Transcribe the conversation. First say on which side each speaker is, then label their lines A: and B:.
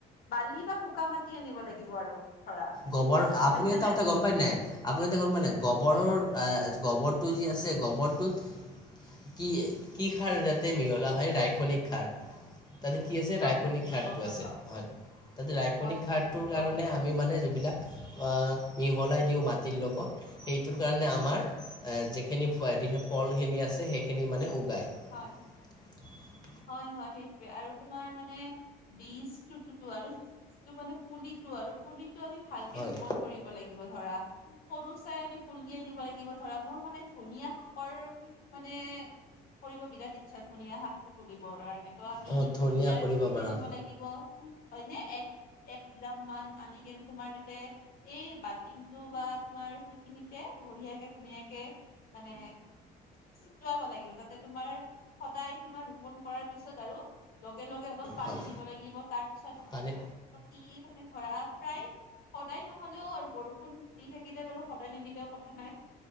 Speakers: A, on the left; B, on the left.
A: বালি বা কোকা মাটি আনিব লাগিব আৰু ধৰা
B: গবৰ
A: গম
B: আপুনি
A: পাইছা
B: এটা
A: নে
B: কথা গম পায় নাই আপুনি এটা গম পায় নাই গোবৰৰ।
A: কি
B: গোবৰটো যি আছে গোবৰটোত কি কি খাৰ য়াতে মিহলা হয় ৰাইয়নিক সাৰ তাতে কি আছে
A: হয়
B: ৰাসায়নিক
A: নেকি এইটো
B: সাৰটো
A: গম নাপাও
B: আছে হয় তাতে ৰাসায়নিক
A: হয় নেকি
B: সাৰটোৰ কাৰণে
A: গম পোৱা
B: আমি
A: নাছিলো
B: মানে মিহলাই দিও মাটিৰ লগত হেইটো কাৰণে আমাৰ যিখিনিৱ ফলখিনি আছে সেইখিনি মানে উগায়।
A: হয় <unintelligible>
B: <unintelligible> <inaudible>
A: হয় হয় সেইটোৱে আৰু তোমাৰ মানে বীজটুটো আৰু যিটো মানে পুলি আৰু পুলিটো আমি ভালকে
B: হয়
A: ৰোপন কৰিব লাগিব ধৰা। সৰু চাই আমি পুলি আনিব লাগিব ধৰা মোৰ মানে ধুনীয়া শাকৰ মানে কৰিবব বিৰাট ইচ্ছা ধুনীয়া শাকটো তুলিবৰ কাৰণে। ত আমি
B: অঁ ধুনীয়া
A: ধনিয়াৰ
B: কৰিব
A: গুটি
B: পৰা
A: আনিব লাগিব হয় নে এক এক গ্ৰাম মান আনি কিনে তোমাৰ তাতে এই বাল্টিংটো বা তোমাৰ সেইখিনিতে বঢ়িয়াকে ধুনীয়াকে মানে চটুৱাব লাগিব তাতে। তোমাৰ সদায় তোমাৰ ৰোপন কৰাৰ পিছত আৰু লগে লগে অলপ পানী
B: হয়
A: দিব লাগিব তাৰপিছত
B: পানী
A: মানে। ধৰা প্ৰায় সদায় নহলেও আৰু বৰষুণ দি থাকিলে বাৰু সদায় নিদিলেও কথা নাই।